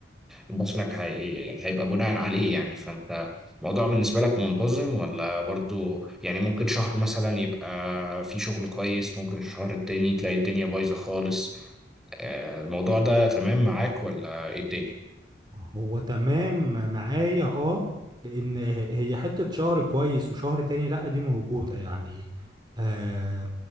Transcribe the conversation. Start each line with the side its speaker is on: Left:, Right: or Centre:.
Centre: دخلك هي... هيبقى بناء عليه يعني فانت الموضوع بالنسبة لك منتظم ولا برضو يعني ممكن شهر مثلا يبقى في شغل كويس ممكن الشهر التاني تلاقي الدنيا بايظة خالص آه، الموضوع ده تمام معاك ولا ايه الدنيا؟
Right: هو تمام معايا اه لان هي حتة شهر كويس وشهر تاني لا دي موجودة يعني آه